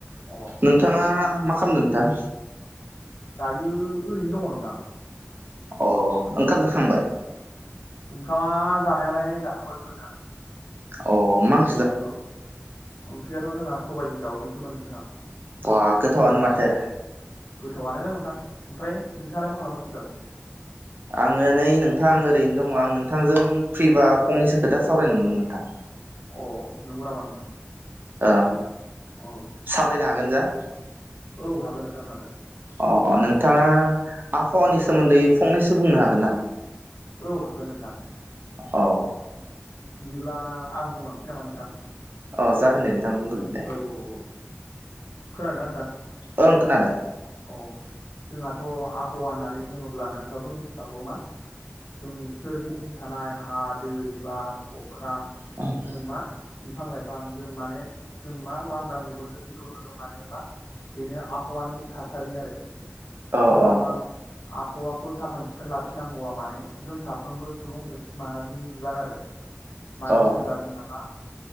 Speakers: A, on the left; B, on the right.
A: अ
B: नोंथाङा मा खालामदों नोंथां?
A: दायो ओरैनो दङ नोंथां।
B: अ ओंखाम जाखांबाय?
A: ओंखामा जानायालाय जाखांबायमोन नोंथां।
B: अ माओं
A: औ ओंख्रियाथ' जोंहा सबायाइजों दाउजोंसोमोन नोंथां।
B: बा गोथावानो माथो।
A: गोथावआनो नोंथां ओमफ्राय नोंथाङालाय मा खालामगासिनो दालाय?
B: आङो नै नोंथां ओरैनो दङ आं नोंथांजों फ्रिबा फंनैसो खोथा सावराय नुदोंमोन नोंथां।
A: अ नंगौ नामा नोंथां
B: ओं
A: औ
B: सावरायनो हागोन जा?
A: औ हागोन नोंथां हागोन।
B: अ नोंथाङा आबहावानि सोमोन्दै फंनैसो बुंनो हागोन नामा?
A: औ हागोन नोंथां
B: औ
A: बिदिब्ला आं बुंलांसै नामा नोंथां?
B: अह जागोन दे नोंथां बुंगोन।
A: औ औ औ खोनादोना नोंथां?
B: ओं खोनादों
A: अ जोंहाथ' आबहावा होननानै बुङोब्ला नोंथाबो मिथिखागौ मा जोंनि सोरगिदिं थानाय हा दै बार अख्रां
B: ओं
A: जों मा बिफां लाइफा गोबां जों माने जों मा लांदां मेगनजों जेखौ नुदों माने मा बेनो आबहावानि थासारि आरो
B: अ
A: जोंहा
B: अ
A: मा आबहावाखौ साखोन सिखोन लाखिनांगौआ माने जों साफ साफ्रोमबो सुबुं माहारिनि बिबान आरो मानो
B: अ
A: होनोब्ला जोंहा मा